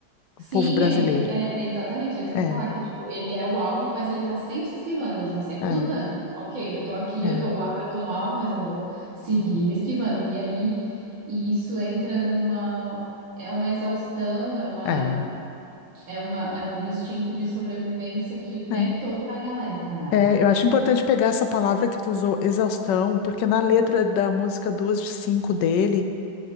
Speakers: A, on the right; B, on the left.
A: Sim,
B: O povo brasileiro.
A: é isso que eu- é, exatamente, era isso que
B: É,
A: eu ia falar, que tipo, ele é o alvo, mas ele tá sempre se esquivando, ele tá sempre
B: é,
A: lutando. Ok, eu tô aqui,
B: é,
A: eu tô, a- eu tô no alvo, mas eu vou seguir me esquivando. E aí, e isso entra numa, é uma exaustão, é uma,
B: é.
A: é uma, é um instinto de sobrevivência que o tempo
B: é.
A: todo tá em alerta, né?
B: É, eu acho importante pegar essa palavra que tu usou, exaustão, porque na letra da música Duas de Cinco dele,